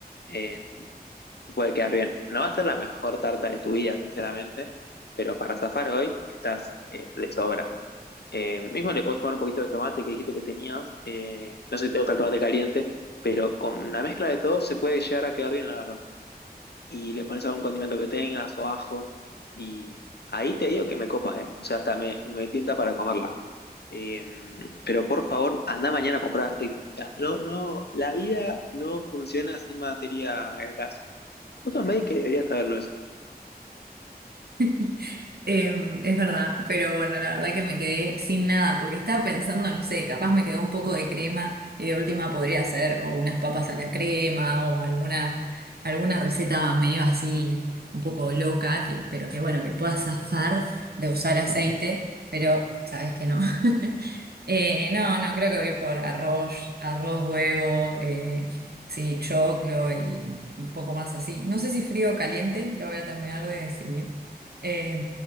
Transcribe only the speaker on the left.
Eh, puede quedar bien. No va a ser la mejor tarta de tu vida, sinceramente, pero para zafar hoy estás eh, de sobra. Eh, mismo le puedes sumar un poquito de tomate que dijiste que tenías. eh, no sé si te gusta el tomate caliente, pero con la mezcla de todo se puede llegar a quedar bien, la verdad. Y le pones algún condimento que tengas o ajo. Y ahí te digo que me copa, ¿eh? O sea, hasta me, me tienta para comerla. Eh, pero por favor, anda mañana a comprar aceite. O sea, no, no, la vida no funciona sin materia grasa. Vos sos médico que deberías saberlo eso.